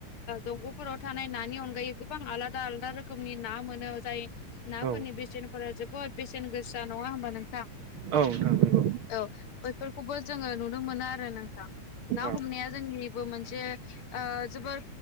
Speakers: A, on the left; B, on the right.
A: दंगफोराव थानाय नानि अनगायै गोबां आलादा आलादा रोखोमनि ना मोनो जाय नाफोरनि
B: औ
A: बेसेनफोरा जोबोद बेसेन गोसा नङा हबा नोंथां।
B: औ नोंथां नंगौ
A: औ बैफोरखौबो जोङो नुनो मोनो आरो नोंथां। ना
B: औ
A: हमनाया जोंनिबो मोनसे ओ-जोबोर